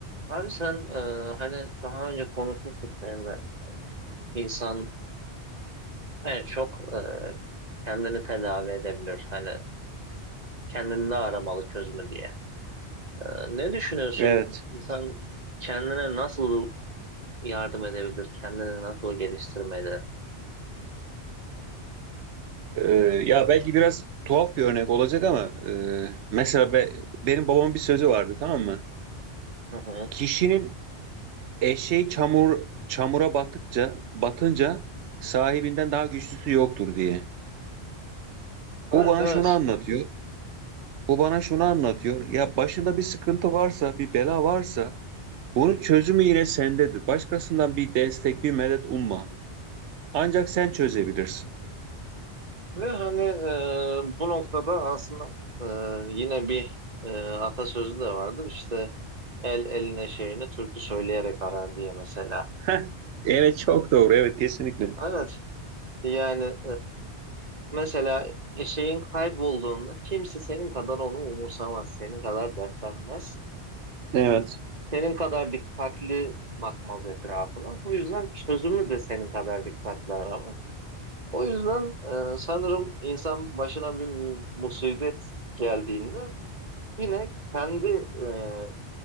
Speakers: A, on the right; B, on the right.
A: Abi sen e, hani daha önce konuşmuştuk seninle. İnsan en çok e, kendini tedavi edebilir. Hani kendinde aramalı çözümü diye. E, ne düşünüyorsun?
B: Evet.
A: İnsan kendine nasıl yardım edebilir? Kendini nasıl geliştirmeli?
B: Ee, ya belki biraz tuhaf bir örnek olacak ama e, mesela be- benim babamın bir sözü vardı tamam mı?
A: Hı hı.
B: Kişinin eşeği çamur çamura battıkça batınca sahibinden daha güçlüsü yoktur diye.
A: Evet
B: Bu bana
A: evet
B: şunu anlatıyor. Bu bana şunu anlatıyor. Ya başında bir sıkıntı varsa, bir bela varsa bunun çözümü yine sendedir. Başkasından bir destek, bir medet umma. Ancak sen çözebilirsin.
A: ve hani e, bu noktada aslında e, yine bir e, atasözü de vardır işte el eline şeyini türkü söyleyerek arar diye mesela.
B: <laughs> Heh, Evet çok doğru. Evet kesinlikle.
A: Evet yani Mesela e, şeyin kaybolduğunda kimse senin kadar onu umursamaz, senin kadar dertlenmez,
B: Evet.
A: senin kadar dikkatli bakmaz etrafına. Bu yüzden çözümü de senin kadar dikkatli aramaz. O yüzden e, sanırım insan başına bir musibet geldiğinde yine kendi e,